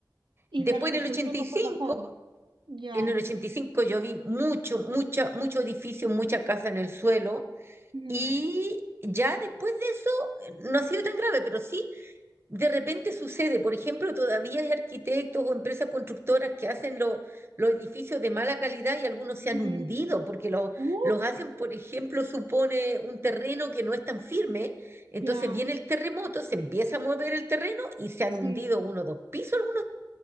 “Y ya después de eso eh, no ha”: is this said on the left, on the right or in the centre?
Right